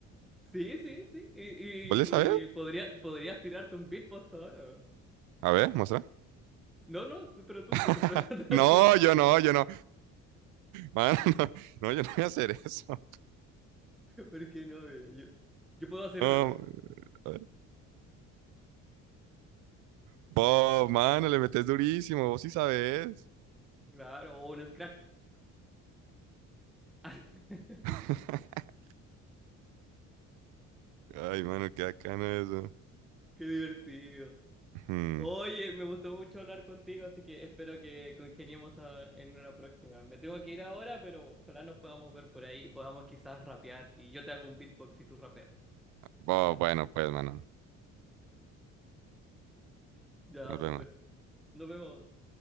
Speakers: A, in the centre; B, on the right.
A: Sí, sí, sí. Y,
B: ¿Vos le
A: y,
B: sabés?
A: y podría, podrías tirarte un beatbox ahora.
B: A ver, muestra.
A: No, no, tú- pero tú
B: <laughs>
A: te estoy preguntando
B: No,
A: a ti.
B: yo no,
A: <laughs>
B: yo no. Mano, <laughs> no, no, yo no voy a hacer eso.
A: ¿Por qué no? Mira, yo, yo puedo hacer
B: No,
A: uno, pero.
B: a ver. vos, mano, le metes durísimo. Vos sí sabés.
A: Claro, o un scratch. <laughs>
B: <laughs> Ay, mano, qué bacano eso.
A: Qué divertido.
B: Hmm.
A: Oye, me gustó mucho hablar contigo, así que espero que congeniemos a- en una próxima. Me tengo que ir ahora, pero ojalá nos podamos ver por ahí y podamos quizás rapear. Y yo te hago un beatbox y tú rapeas.
B: Bo-
A: ¿Te parece?
B: bueno, pues, mano,
A: Ya,
B: nos
A: súper.
B: vemos.
A: Nos vemos.